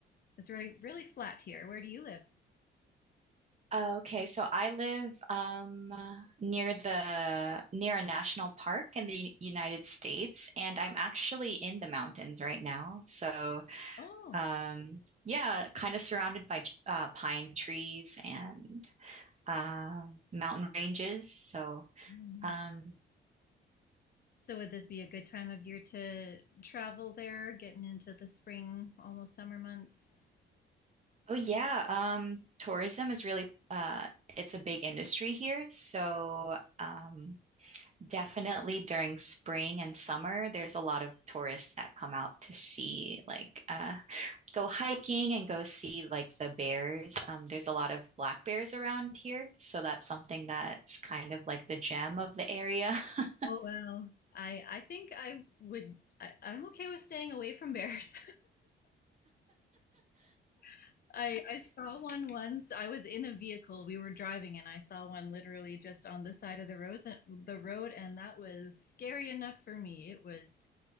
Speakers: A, on the left; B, on the right.
A: It's really really flat here. Where do you live?
B: Uh, okay, so I live um uh, near the near a national park in the United States, and I'm actually in the mountains right now. So
A: Oh.
B: um yeah, kind of surrounded by uh, pine trees and um mountain ranges. So
A: Mm.
B: um
A: So would this be a good time of year to travel there, getting into the spring, almost summer months?
B: Oh yeah, um, tourism is really uh, it's a big industry here. So um, definitely during spring and summer, there's a lot of tourists that come out to see like uh, go hiking and go see like the bears. Um, there's a lot of black bears around here, so that's something that's kind of like the gem of the area. <laughs>
A: Oh wow. I I think I would I, I'm okay with staying away from bears. <laughs> I I saw one once. I was in a vehicle. We were driving and I saw one literally just on the side of the road, the road and that was scary enough for me. It was